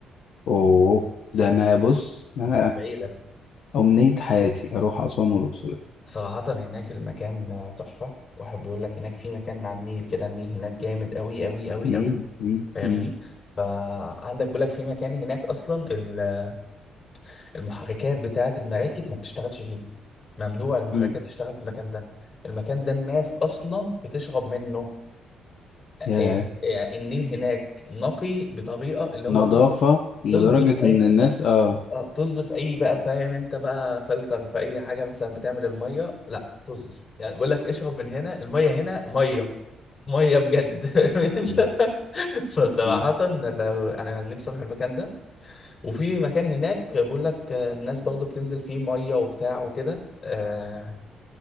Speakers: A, on the left; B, on the left.
A: اوه
B: أسوان
A: ده انا بص انا
B: بس بعيدة
A: امنية حياتي اروح اسوان والاقصر
B: صراحة هناك المكان تحفة واحد بيقول لك هناك في مكان على النيل كده النيل هناك جامد أوي أوي أوي
A: مم،
B: أوي
A: مم،
B: فاهمني
A: مم،
B: فعندك بيقول لك في مكان هناك أصلا ال- المحركات بتاعة المراكب ما بتشتغلش فيه ممنوع المحركات
A: مم.
B: تشتغل في المكان ده المكان ده الناس أصلا بتشرب منه
A: ياه
B: يعني يعني النيل هناك نقي بطريقة اللي هو
A: نظافة
B: طز
A: لدرجة
B: طز في أي
A: ان الناس اه
B: اه طز في اي بقى فاهم انت بقى فلتر في اي حاجه مثلا بتعمل الميه لا طز يعني بيقول لك اشرب من هنا الميه هنا ميه ميه بجد
A: مم،
B: <laughs> فصراحه
A: مم،
B: لو انا نفسي اروح المكان ده وفي مكان هناك بيقول لك الناس برضه بتنزل فيه ميه وبتاع وكده آه